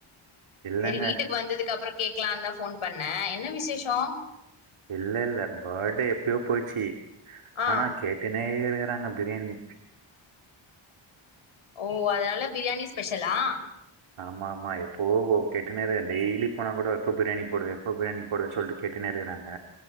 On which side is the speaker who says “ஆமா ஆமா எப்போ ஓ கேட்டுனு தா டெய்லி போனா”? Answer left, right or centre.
Right